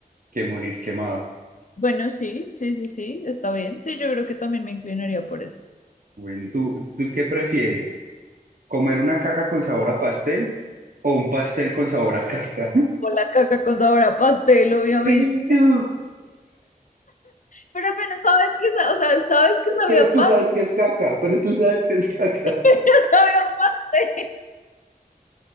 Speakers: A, on the right; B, on the left.
A: que morir quemado.
B: Bueno, sí, sí, sí, sí, está bien. Sí, yo creo que también me inclinaría por eso.
A: Bueno, ¿tú, tú qué prefieres? ¿Comer una caca con sabor a pastel o un pastel con sabor a caca?
B: O la caca con sabor a pastel, obviamente.
A: Ay, no,
B: Pero al menos sabes que, sa- o sea, sabes que sabía
A: Pero
B: a
A: tú
B: pastel,
A: sabes que es caca, pero tú sabes que es caca.
B: <laughs> sabía a pastel.